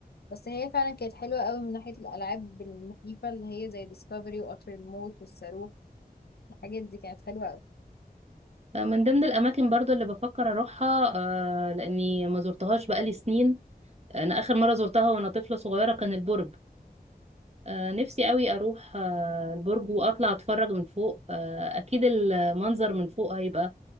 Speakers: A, on the left (about 80°); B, on the right (about 40°).
A: بس هي فعلا كانت حلوة قوي من ناحية الألعاب المخيفة اللي هي زي ديسكفري وقطر الموت والصاروخ الحاجات دي كانت حلوة قوي
B: آه، من ضمن الاماكن برضو اللي بفكر اروحها آه، لاني ما زرتهاش بقالي سنين انا اخر مرة زرتها وانا طفلة صغيرة كان البرج آه، نفسي قوي اروح آه، البرج واطلع اتفرج من فوق آه، اكيد المنظر من فوق هيبقى